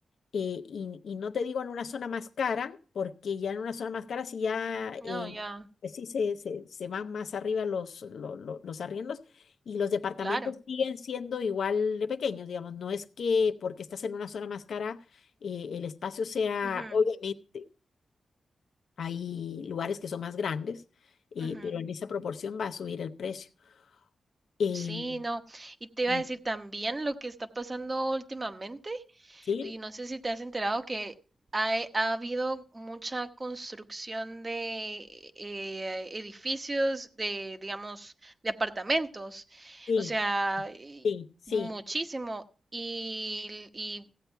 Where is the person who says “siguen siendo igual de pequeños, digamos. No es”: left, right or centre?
Left